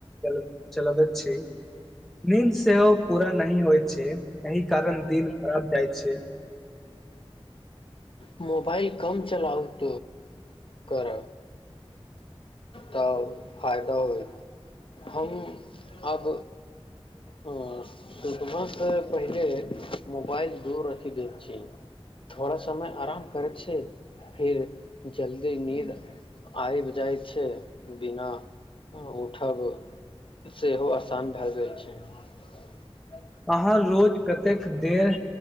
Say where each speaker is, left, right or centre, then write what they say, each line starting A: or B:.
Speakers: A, in the centre; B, on the left.
A: चल चलबैत छी नीन्द सेहो पूरा नह होइ छै एहिहि कारण दिन खराब जाइ छै
B: मोबाल कम चलावत कर तऽ फायदा होय हम अब सुने पहिले मोबाइल दूर रखि दै छी थोड़ा समय आराम करै छीिय फिर जल्दी नीद आबि जाइ छै बिना उठब सेहो आसान भए गेलइ छै
A: अहाँ रोज कतेक देर